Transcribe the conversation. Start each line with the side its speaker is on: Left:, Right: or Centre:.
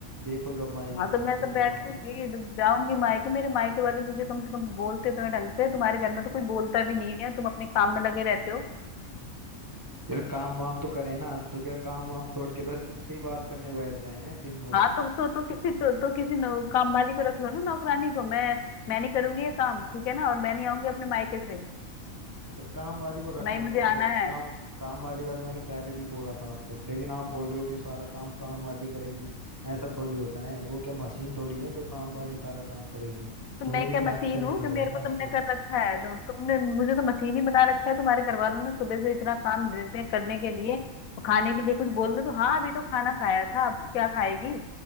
Right: देखो जब मायके
Left: हाँ तो
Right: देखो
Left: मैं तो
Right: जब
Left: बैठ
Right: वहाँ
Left: लूंगी जब जाऊंगी मायके मेरे मायके वाले मुझे कम से कम बोलते तो हैं ढंग से तुम्हारे घर में तो कोई बोलता भी नहीं है तुम अपने काम में लगे रहते हो
Right: फिर काम वाम तो करे ना तो क्या काम वाम छोड़ के बस तुमसे ही बात करने बैठ जाए हैं दिन भर
Left: हाँ तो तो, तो किसी तो, तो किसी नौ, काम वाली को रख लो ना नौकरानी को मैं मैं नहीं करूंगी ये काम ठीक है ना और मैं नहीं आऊंगी अपने मायके से
Right: अच्छा काम वाली को रख
Left: तो ना ही
Right: लेंगे
Left: मुझे
Right: चलो
Left: आना है
Right: काम काम वाली का तो मैंने पहले भी बोला था आपको लेकिन आप बोल रहे हो कि सारा काम काम वाली करेगी ऐसा थोड़ी होता है वो क्या मशीन थोड़ी है जो काम वाली सारा काम करेगी
Left: तो
Right: तुम्हें
Left: मैं
Right: भी
Left: क्या
Right: तो
Left: मशीन
Right: हेल्प करनी
Left: हूँ
Right: पड़ेगी
Left: जो मेरे
Right: ना
Left: को तुमने
Right: उसके
Left: कर रखा है तो तुमने मुझे तो मशीन ही बना रखा है तुम्हारे घर वालों ने सुबह से इतना काम दे दिया करने के लिए तो खाने के लिए कुछ बोल दो तो हाँ अभी तो खाना खाया था अब क्या खाएगी